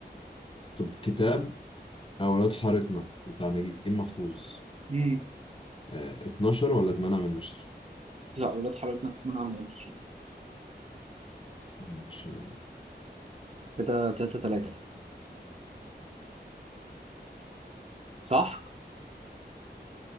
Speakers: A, on the left; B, on the right.
A: طب كتاب أولاد حارتنا بتاع نجيب محفوظ
B: امم
A: آه، 12 ولا 8 من نشر
B: لا اولاد حضرتك من عامل ايه
A: ماشي
B: كده تلاتة تلاتة صح؟